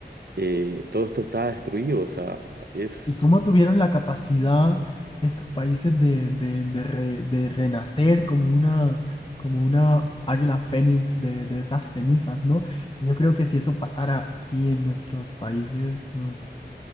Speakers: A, on the right (about 60°); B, on the left (about 30°).
A: eh, todo esto está destruido. O sea, es...
B: ¿Y cómo tuvieron la capacidad estos países de, de, de re- de renacer como una, como una águila fénix de, de esas cenizas, ¿no? Yo creo que si eso pasara aquí en nuestros países, mm,